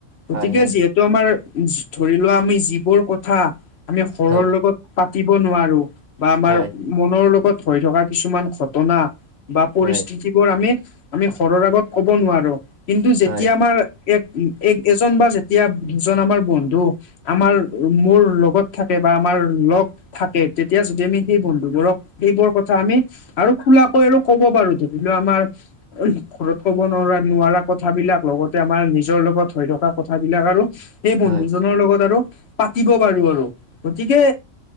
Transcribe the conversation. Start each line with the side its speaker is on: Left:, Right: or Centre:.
Left: গতিকে
Right: হয় হয়
Left: যিহেতু। টো আমাৰ ধৰি লোৱা আমি যিবোৰ কথা আমি শৰৰ
Right: হয়
Left: লগত। পাতিব নোৱাৰো বা আমাৰ
Right: হয়
Left: মনৰ লগত হৈ থকা কিছুমান ঘটনা। বা পৰিস্থিতিবোৰ
Right: হয়
Left: আমি আমি ঘৰৰ আগত ক'ব নোৱাৰো কিন্তু যেতিয়া
Right: হয়
Left: আমাৰ। এক এক এজন বা যেতিয়া দুজন আমাৰ বন্ধু। আমাৰ মোৰ লগত থাকে বা আমাৰ লগ থাকে তেতিয়া। আমি সেই বন্ধুবোৰক সেইবোৰ কথা আমি আৰু খোলাকৈ আৰু কব পাৰো ধৰি লও আমাৰ। ঘৰত ক'ব নোৱাৰা-নোৱাৰা কথাবিলাক লগতে আমাৰ নিজৰ লগত হৈ থকা কথাবিলাক আৰু। সেই বন্ধুজনৰ
Right: হয়
Left: লগত আৰু পাতিব পাৰো আৰু গতিকে